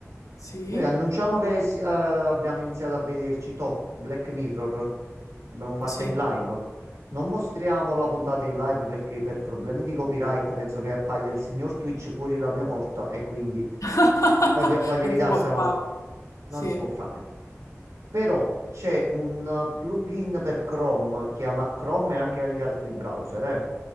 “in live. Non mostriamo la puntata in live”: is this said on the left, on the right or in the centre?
Right